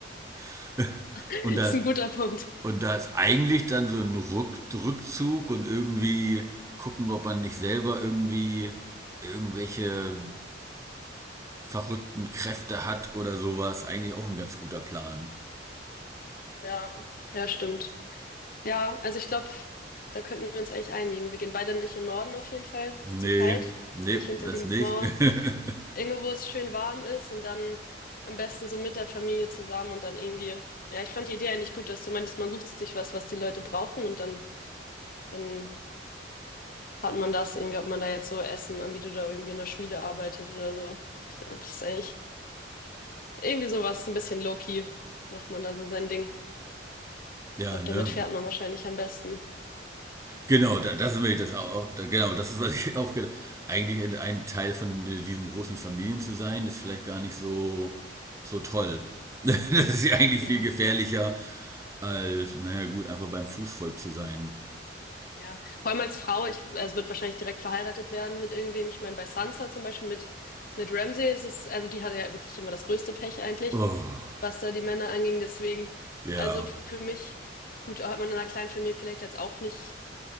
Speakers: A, on the right (about 15°); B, on the left (about 50°).
A: <laughs>
B: <laughs>
A: Und das,
B: Ist ein guter Punkt.
A: und da ist eigentlich dann so ein Rück, Rückzug und irgendwie gucken, ob man nicht selber irgendwie irgendwelche verrückten Kräfte hat oder sowas. Eigentlich auch ein ganz guter Plan.
B: Ja, ja, stimmt. Ja, also ich glaube, da könnten wir uns eigentlich einigen. Wir gehen beide nicht in den Norden auf jeden Fall.
A: Nee,
B: Ist zu kalt.
A: nee,
B: Nicht hinter
A: das
B: die
A: nicht.
B: Mauer.
A: <laughs>
B: Irgendwo, wo es schön warm ist und dann am besten so mit der Familie zusammen und dann irgendwie. Ja, ich fand die Idee eigentlich gut, dass du meinst, man sucht sich was, was die Leute brauchen und dann, dann hat man das irgendwie, ob man da jetzt so Essen anbietet oder irgendwie in der Schmiede arbeitet oder so. Ich glaube, das ist eigentlich irgendwie sowas, ein bisschen low-key macht man da so sein Ding.
A: Ja,
B: Ich glaube,
A: ne?
B: damit fährt man wahrscheinlich am besten.
A: Genau, da, das ist mir das auch, da, genau, das ist, was ich auch gedacht Eigentlich ein- ein Teil von äh, diesen großen Familien zu sein, ist vielleicht gar nicht so, so toll. <laughs> Das ist ja eigentlich
B: Mhm.
A: viel gefährlicher, als, naja, gut, einfach beim Fußvolk zu sein.
B: Ja. Vor allem als Frau, ich, also wird wahrscheinlich direkt verheiratet werden mit irgendwem. Ich meine, bei Sansa zum Beispiel mit, mit Ramsay ist es, also die hatte ja wirklich immer das größte Pech eigentlich,
A: Oh,
B: was da die Männer anging. Deswegen,
A: ja.
B: also für mich, gut, hat man in einer kleinen Familie vielleicht jetzt auch nicht